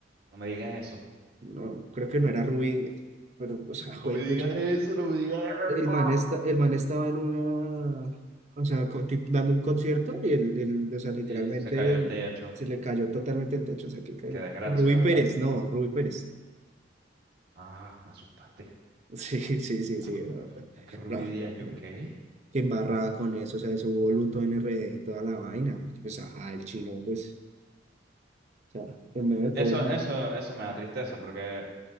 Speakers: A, on the right; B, on the right.
A: no me digas eso.
B: No, no, creo que no era Rubí Díaz, pero, o sea,
A: No
B: fue
A: me digas
B: pucha.
A: eso, no me digas
B: El
A: eso.
B: man, esta- el man estaba en una, o sea, co- tip- dando un concierto y el, el- o sea, literalmente
A: Y l- se cayó
B: el-
A: el techo.
B: se le cayó totalmente el techo, o sea, que caiga.
A: Qué desgracia,
B: Rubí Claro.
A: ¿verdad?
B: Pérez, no, Rubí Pérez.
A: Ah, me asustaste.
B: <laughs> Sí, sí, sí,
A: <laughs>
B: sí, bro, bro,
A: ¿Cómo que Ruby
B: bro,
A: Díaz?
B: bro,
A: ¿Yo
B: bro.
A: qué?
B: Qué embarrada con eso, o sea, eso hubo luto en RD y toda la vaina, porque pues, ajá, el chino, pues, o sea, en medio de
A: Eso,
B: todo el man,
A: eso, eso me da tristeza porque